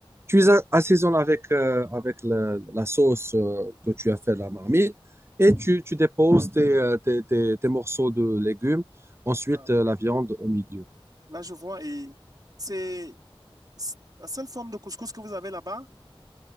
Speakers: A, on the right (about 25°); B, on the right (about 40°).
A: tu les a- assaisonnes avec, euh, avec le- la sauce euh, que tu as fait de la marmite et tu, tu déposes tes, euh, tes- tes- tes morceaux de légumes, ensuite
B: ah.
A: euh, la viande au milieu.
B: Là, je vois, et c'est c'est la seule forme de couscous que vous avez là-bas.